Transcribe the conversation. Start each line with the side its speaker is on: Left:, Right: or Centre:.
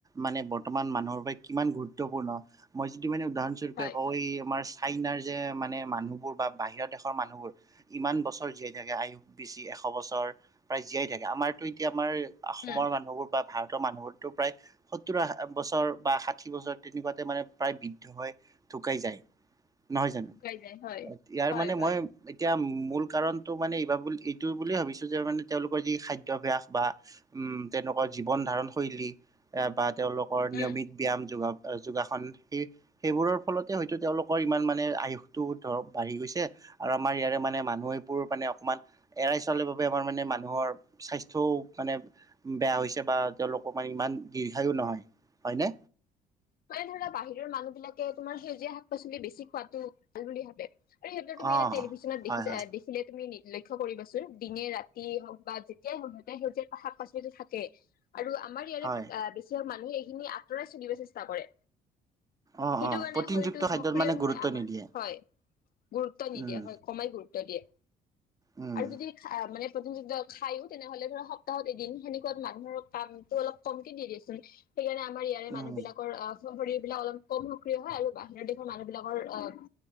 Right: মানে বৰ্তমান মানুহৰ পৰা কিমান গুৰুত্বপূৰ্ণ মই যিটো মানে, ধ্যনস্বৰূপে
Left: হয়
Right: কয়ে আমাৰ, ফাইনাৰ যে মানে, মানুহবোৰ বা', -বাহিৰৰ দেশৰ মানুহবোৰ ইমান বছৰ জীয়াই থাকে, আয়ু বেছি এশ- বছৰ, প্ৰায় জীয়াই থাকে আমাৰতো এতিয়া আমাৰ অসমৰ
Left: উম
Right: মানুহবোৰ বা, ভাৰতৰ মানুহবোৰতো প্ৰায় সত্তৰ- বছৰ বা ষাঠি-বছৰ তেনেকুৱাতে মানে প্ৰায় বৃদ্ধ হৈ ঢুকাই যায়। নহয় জানো,
Left: শুকাই যায় হয়
Right: ইয়াৰ
Left: হয়
Right: মানে
Left: হয়
Right: মই এতিয়া উম, ' মূল, কাৰণটো মানে এইব বুলি এইটো বুলিয়েই ভাবিছোঁ, যে মানে তেওঁলোকৰ যি খাদ্যভ্যাস বা তেওঁলোকৰ, জীৱন ধাৰণ শৈলী বা তেওঁলোকৰ
Left: উম,
Right: নিয়মিত ব্যায়াম যোগাব যোগাসন সেই-সেইবোৰৰ ফলতে হয়তো, তেওঁলোকৰ ইমান মানে আয়ুসটো ধৰক বাঢ়ি গৈছে আৰু আমাৰ ইয়াৰে মানে মানুহ, এইবোৰ মানে অকমান এৰাই চলিব বেমাৰ মানে মানুহৰ সাস্থ মানে বেয়া হৈছে বা তেওঁলোকৰ মানে ইমান দীৰ্ঘায়ো নহয় হয়নে।
Left: মানে ধৰা বাহিৰৰ মানুহ বিলাকে তোমাৰ সেউজীয়া শাক-পাচলি বেছি খোৱাতটো ভাল বুলি ভাবে। আৰে সিহঁতক তুমি
Right: অ
Left: এনে টিভিছন
Right: হয়
Left: দেখি,
Right: হয়
Left: দেখিলে তুমি নিজে লক্ষ্য কৰিবাচোন দিনে-ৰাতি হওক বা যেতিয়াই হওক সেউজীয়া শাক পাচলিটো থাকে। আৰু আমাৰ ইয়াৰে
Right: হয়
Left: বেছিভাগ ম মানুহ এইখিনি আতৰাই চলিব চেষ্টা কৰে।
Right: অ
Left: সেইটো
Right: অ
Left: কাৰণে
Right: প্ৰটিনযুক্ত
Left: শৰীৰটো
Right: খাদ্যত
Left: সক্ৰিয়
Right: মানে
Left: নহয়,
Right: গুৰুত্ব
Left: আমাৰ
Right: নিদিয়ে
Left: হয়। গুৰুত্ব নিদিয়ে
Right: উম।
Left: হয়, কমাই গুৰুত্ব দিয়ে।
Right: উম,
Left: আৰু যদি মানে প্ৰটিনযুক্ত খায়ও তেনেহলে ধৰা সপ্তাহত এদিন সেনেকুৱাত মানুহৰ কামটো অলপ কমকে দি দিয়েচোন। সেইকাৰণে আম ইয়াৰে
Right: উম,
Left: মানুহবিলাক অ' শৰীৰবিলাক অলপ কম সক্ৰিয় হয়। আৰু বাহিৰৰ দেশৰ মানুহ বিলাকৰ অ'